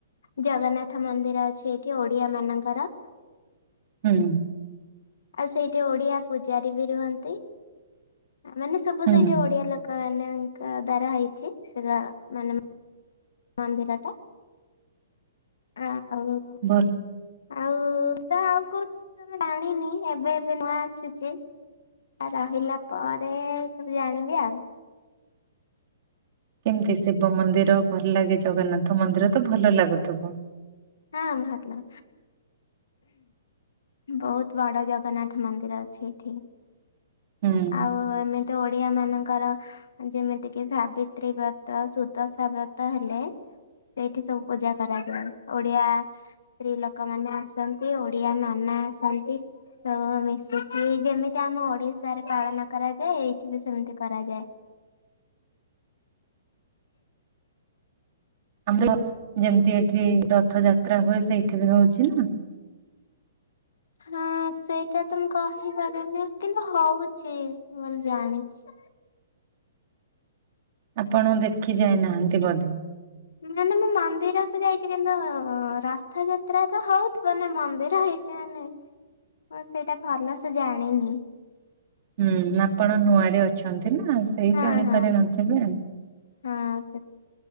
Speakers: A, on the left; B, on the right.
A: ଜଗନ୍ନାଥ ମନ୍ଦିର ଅଛି ଏଇଠି ଓଡିଆ ମାନଙ୍କର।
B: ହୁଁ।
A: ଆଉ ସେଇଠି ଓଡିଆ ପୂଜାରୀ ବି ରୁହନ୍ତି ମାନେ ସବୁ
B: ହୁଁ
A: ସେଇଠି ଓଡିଆ ଲୋକ। କ ମାନଙ୍କ ଦ୍ୱାରା ହେଇଛି ସେଗାରା ମାନେ ମନ୍ଦିରଟା ଆଉ
B: ଭର୍ନ।
A: ଆଉ ତ ଆଉ କୋଉଠି ତମେ ଜାଣିନି ଏବେ ଏବେ ନୂଆ ଆସିଚି। ଆ ରହିଲା ପରେ ସବୁ ଜାଣିବି ଆଉ
B: କେମିତି ଶିବ ମନ୍ଦିର ଭଲ ଲାଗେ ଜଗନ୍ନାଥ ମନ୍ଦିର ତ ଭଲ ଲାଗୁଥୁବ?
A: ହଁ ଭଲ। ବହୁତ ବଡ ଜଗନ୍ନାଥ ମନ୍ଦିର ଅଛି ଏଠି।
B: ହୁଁ
A: ଆଉ ଏମିତି ଓଡିଆ ମାନଙ୍କର ଯେମିତି କିି ସାବିତ୍ରୀ ବ୍ରତ, ସୁଦଶା ବ୍ରତ ହେଲେ ସେଇଠି ସବୁ ପୂଜା କରାଯାଏ ଓଡିଆ ସ୍ତ୍ରୀ ଲୋକମାନେ ଆସନ୍ତି ଓଡିଆ ନନା ଆସନ୍ତି। ତ ମିଶିକି ଯେମିତି ଆମ ଓଡିଶାରେ ପାଳନ କରାଯାଏ ଏଇଠି ବି ସେମିତି କରାଯାଏ।
B: ଆମ୍ଲ ଯେମିତି ଏଠି ରଥଯାତ୍ରା ହୁଏ ସେଇଠି ବି ହଉଛି ନା।
A: ହଁ ସେଇଟା ତ ମୁଁ କହିପାରୁନି କିନ୍ତୁ ହଉଚି ବୋଲି ଜାଣିଚି।
B: ଆପଣ ଦେଖି ଯାଇନାହାନ୍ତି ବଧେ।
A: ମାନେ ମୁଁ ମନ୍ଦିରକୁ ଯାଇଚି କିନ୍ତୁ ଉ ଉ ରଥଯାତ୍ରା ତ ହଉଥିବ ନା ମନ୍ଦିର ହେଇ <unintelligible> ମୁଁ ସେଇଟା ଭଲ ସେ ଜାଣିନି।
B: ହୁଁ ଆପଣ ନୂଆରେ ଅଛନ୍ତି ନା ସେଇ
A: ହଁ
B: ଜାଣିପାରିନଥିବେ।
A: ହଁ ହଁ ସେ